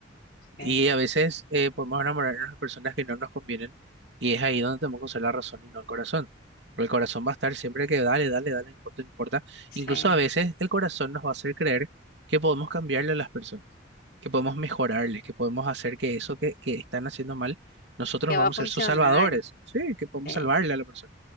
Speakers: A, on the left; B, on the right.
A: sí,
B: Y a veces eh, podemos enamorarnos de personas que no nos convienen y es ahí donde tenemos que usar la razón y no el corazón. Porque el corazón va a estar siempre que dale, dale, dale, no importa, no importa.
A: sí,
B: Incluso a veces el corazón nos va a hacer creer que podemos cambiarle a las personas, que podemos mejorarles, que podemos hacer que eso que, que están haciendo mal, nosotros
A: que
B: vamos
A: va a funcionar,
B: a ser sus salvadores. Sí, que podemos
A: sí,
B: salvarle a la persona.